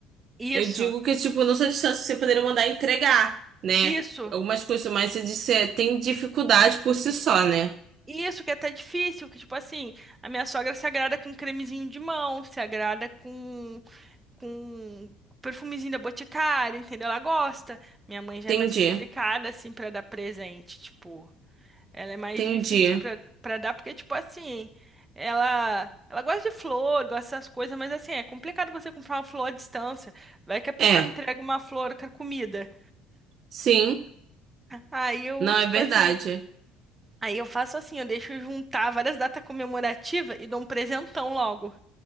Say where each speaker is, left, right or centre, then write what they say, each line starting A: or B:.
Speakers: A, on the right (about 15°); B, on the right (about 50°).
A: isso,
B: Eu digo que, tipo, não só distância que você poderia mandar entregar, né?
A: isso.
B: Algumas coisas, mas você disse, é, tem dificuldade por si só, né?
A: Isso que é até difícil, que tipo assim, a minha sogra se agrada com cremezinho de mão, se agrada com com perfumezinho da Boticário, entendeu? Ela gosta. Minha mãe
B: Entendi,
A: já é mais complicada assim pra dar presente, tipo, ela é mais
B: entendi.
A: difícil pra para dar porque tipo assim, ela ela gosta de flor, gosta dessas coisas, mas assim, é complicado você comprar uma flor à distância. Vai que a pessoa
B: É,
A: entrega uma flor carcomida.
B: sim,
A: Aí eu,
B: não
A: tipo
B: é verdade.
A: assim, Aí eu faço assim, eu deixo juntar várias datas comemorativas e dou um presentão logo,